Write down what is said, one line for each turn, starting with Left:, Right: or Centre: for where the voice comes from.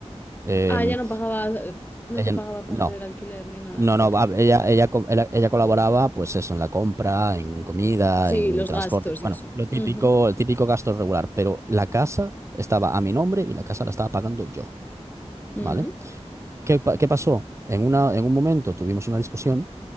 Right: Eh,
Left: Ah, ya no pagaba, eh, no
Right: ella,
Left: te pagaba parte
Right: no,
Left: del alquiler ni nada.
Right: no,
Left: Ok.
Right: no, va, ella, ella, co- ella, ella colaboraba, pues eso, en la compra, en comida,
Left: Sí,
Right: en
Left: los
Right: transporte.
Left: gastos
Right: Bueno,
Left: y eso.
Right: lo típico,
Left: Ujú,
Right: el típico gasto regular, pero la casa estaba a mi nombre y la casa la estaba pagando yo,
Left: ujú,
Right: ¿vale? ¿Qué, pa- qué pasó? En una, en un momento tuvimos una discusión